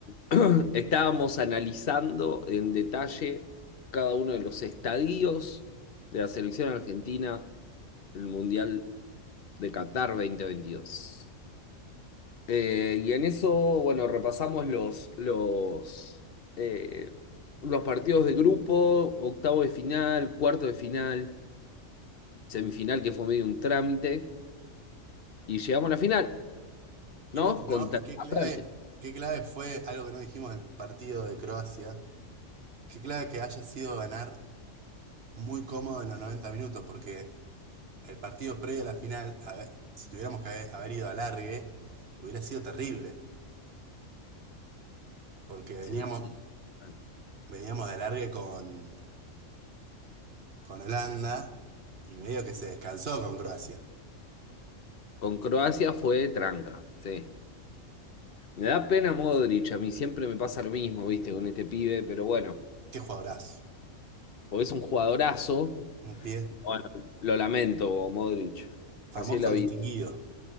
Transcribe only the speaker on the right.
Qué loco,
¿no? Y qué clave,
qué clave fue algo que no dijimos del partido de Croacia. Qué clave que haya sido ganar muy cómodo en los 90 minutos, porque el partido previo a la final, a ver, si tuviéramos que haber, haber ido a alargue, hubiera sido terrible, porque veníamos,
veníamos de alargue con con Holanda y medio que se descansó con Croacia.
Qué jugadorazo.
Un pie
famoso,
distinguido.